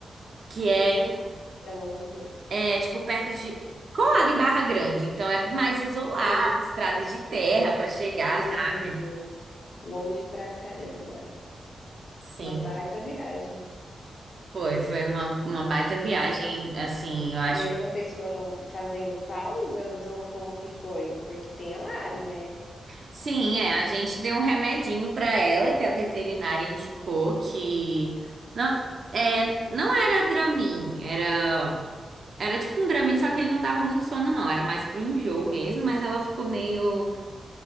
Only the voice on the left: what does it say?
Meu
Deus, é longe mesmo.
Sim.
Uhum.
Longe pra caramba.
Uma baita viagem.
E aí vocês foram fazendo pausas ou como que foi? Porque tem a Lari, né?